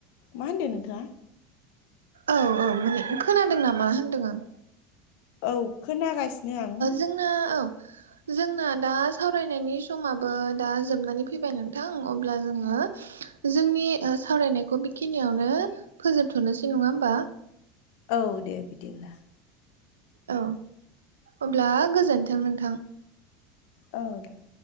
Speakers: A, on the left; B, on the right.
A: मा होनदों नोंथाङा
B: औ माने खोनादों नामा होन्दों आं
A: औ खोनागासिनो आं
B: जोंना ओ औ जोंना दा सावरायनायनि समाबो दा जोबनानै फैबाय नोंथां अब्ला जोङो जोंनि सावरायनायखौ बेखिनियावनो फोजोबथ'नोसै नङा होमबा
A: औ दे बिदिब्ला
B: औ अब्ला गोजोन्थों नोंथां
A: औ दे